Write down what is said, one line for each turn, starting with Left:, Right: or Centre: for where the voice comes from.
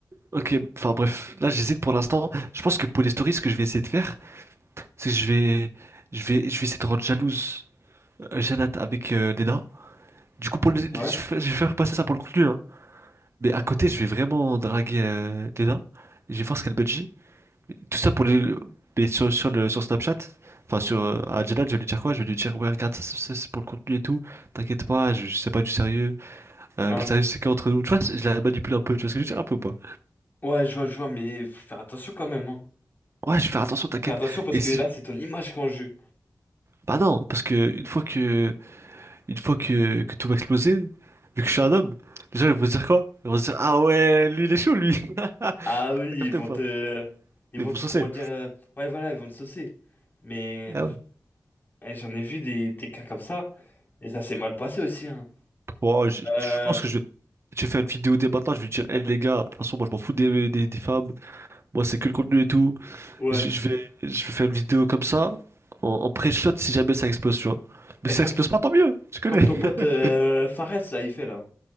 Right: Ok, enfin bref, là j'hésite pour l'instant. Je pense que pour les stories, ce que je vais essayer de faire, c'est que je vais, je vais, je vais essayer de rendre jalouse euh, Jeannette avec euh, Léna. Du coup, pour le- je
Left: Ouais.
Right: vais je vais faire passer ça pour le contenu, hein. Mais à côté, je vais vraiment draguer euh, Léna. Je vais voir ce qu'elle me dit. Tout ça pour les, mais sur, sur le, sur Snapchat, enfin sur euh, à Jeannette, je vais lui dire quoi? Je vais lui dire ouais, regarde, ça, ça, c'est pour le contenu et tout. T'inquiète pas, je, c'est pas du sérieux. Euh,
Left: Ah,
Right: le sérieux c'est qu'entre nous. Tu vois, je la manipule un peu. Tu vois ce que je veux dire un peu ou pas?
Left: ouais, je vois, je vois, mais faut faire attention quand même, hein.
Right: Ouais, je vais faire attention, t'inquiète.
Left: Faire attention parce
Right: Et
Left: que
Right: si,
Left: là, c'est ton image qu'on jeu.
Right: Bah non, parce que une fois que une fois que, que tout va exploser, vu que je suis un homme, les gens ils vont se dire quoi? Ils vont se dire ah ouais, lui il est chaud lui. <laughs> T'as
Left: Ah oui,
Right: capté
Left: ils vont
Right: ou pas?
Left: te... Ils
Right: Ils
Left: vont
Right: vont
Left: te,
Right: saucer.
Left: comment dire... euh, Ouais, voilà, ils vont te saucer. Mais
Right: Ah ouais.
Left: eh, j'en ai vu des, des cas comme ça, et ça s'est mal passé aussi, hein.
Right: Bon, je, je
Left: Euh,
Right: pense que je vais, je vais faire une vidéo dès maintenant. Je vais dire, hé les gars, de toute façon, moi je m'en fous des, des, des femmes. Moi c'est que le contenu et tout.
Left: ouais.
Right: Je, je vais, je vais faire une vidéo comme ça, en, en pré-shot si jamais ça explose, tu vois. Mais
Left: Bah,
Right: si
Left: Comme,
Right: ça explose pas, tant mieux. Tu connais.
Left: comme ton
Right: <laughs>
Left: pote euh, Fares, là, il fait, là.